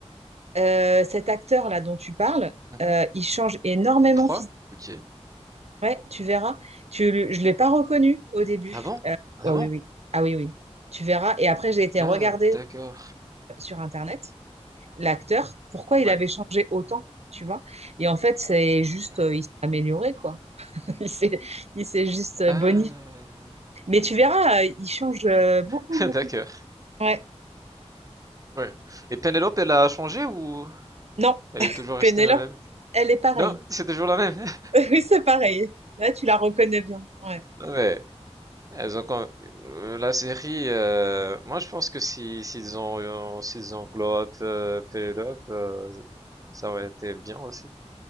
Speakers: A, on the right; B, on the right.
A: Euh, cet acteur-là dont tu parles,
B: Mhm.
A: euh, il change énormément
B: trois? Ok.
A: Ouais, tu verras. Tu, le- je l'ai pas reconnu au début.
B: Ah bon?
A: Euh,
B: Ah
A: ouais,
B: bon?
A: oui, oui. Ah oui, oui. Tu verras. Et après, j'ai été
B: Ah
A: regarder
B: d'accord.
A: sur Internet l'acteur, pourquoi il
B: Ouais.
A: avait changé autant, tu vois. Et en fait, c'est juste,
B: ouais.
A: euh, il s'est amélioré, quoi. <laughs> Il s'est, il s'est juste euh,
B: Ah
A: bonifié. Mais tu verras, euh, il change euh, beaucoup,
B: <laughs> d'accord.
A: beaucoup. Ouais.
B: Ouais. Et Penelope, elle a changé ou
A: Non,
B: elle est toujours restée
A: Pénélope,
B: la même?
A: elle est pareille.
B: Non, c'est toujours la même. <laughs>
A: <laughs> Oui, c'est pareil. Là, tu la reconnais bien. Ouais.
B: Non mais elles ont quand- euh, la série. euh, Moi, je pense que si s'ils ont euh, s'ils englobent euh, Penelope, euh, ça aurait été bien aussi.